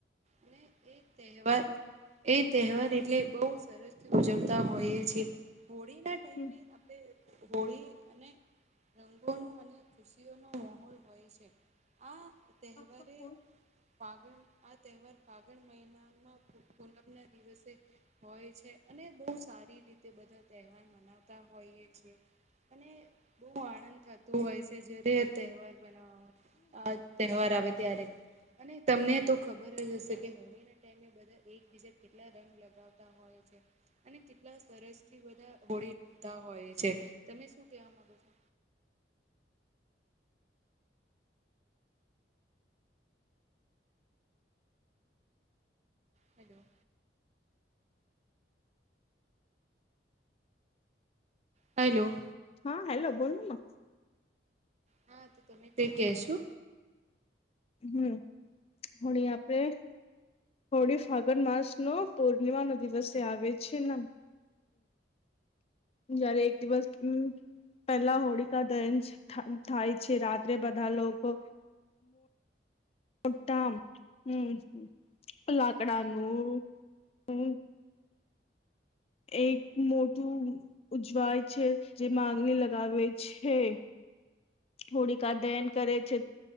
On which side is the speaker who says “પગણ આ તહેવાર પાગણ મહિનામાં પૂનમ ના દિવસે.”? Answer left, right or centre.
Right